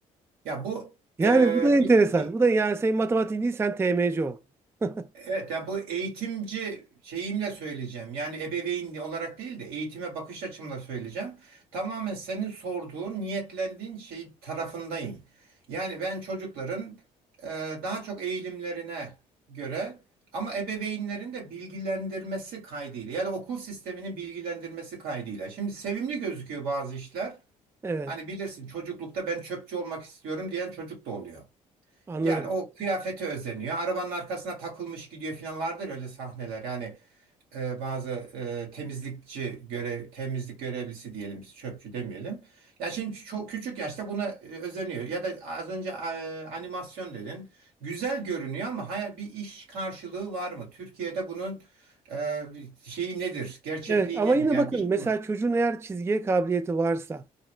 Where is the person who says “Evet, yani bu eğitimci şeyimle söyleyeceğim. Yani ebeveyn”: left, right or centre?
Right